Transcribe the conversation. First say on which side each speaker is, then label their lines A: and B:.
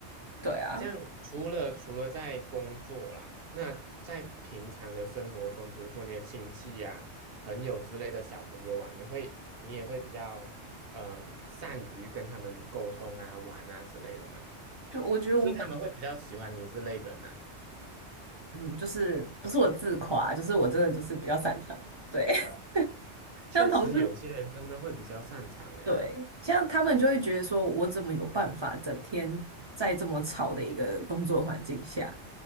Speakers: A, on the right (about 35°); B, on the right (about 60°).
A: 对啊，
B: 这样除了除了在工作啦，那在平常的生活中，比如说你的亲戚呀、朋友之类的小朋友啊，你会你也会比较嗯、善于跟他们沟通啊、玩啊之类的嘛，
A: 就我觉得我本
B: 就是他们会比较喜欢你这类人呐、
A: 嗯，就是不是我自夸，就是我真的就是比较擅长。对，<laughs>
B: 确实有些人真的会比较擅长哎、
A: 像同事，对，像他们就会觉得说，我怎么有办法整天在这么吵的一个工作环境下